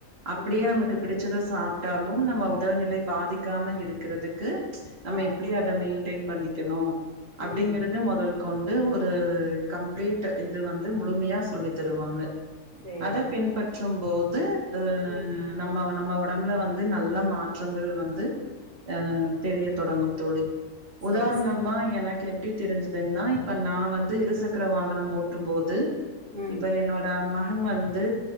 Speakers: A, on the right (about 40°); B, on the right (about 80°).
A: அப்டியே
B: ம்
A: நமக்கு பிடிச்சத சாப்ட்டா நம்ம உடல்நிலை பாதிக்காம இருக்கறதுக்கு நம்ம
B: ஆ
A: எப்படி அத மெயின் டெய்ன் பண்ணிக்கணு அப்படிங்கறது
B: ம்
A: மொதல் கொண்டு ஒரு கம்ப்ளீட் இது வந்து முழுமையா சொல்லி தருவாங்க
B: சேரி
A: அத பின்பற் ற்றும்போது து
B: ம்
A: நம்ம நம்ம ஒ நம்மள வந் நல்ல மாற்றங்கள் வந்து ஆஹ் தெரியத் தொடங்கும் தோழி உதாரணமா
B: சேரி சேரி
A: எனக்கு எப் எப்டி தெரிஞ்சதுன்னா இப்ப நா வந்து இருசக்கர வாகனம் ஓட்டும் போது
B: ம்
A: இப்ப என்னோட அம்மா ன் வந்து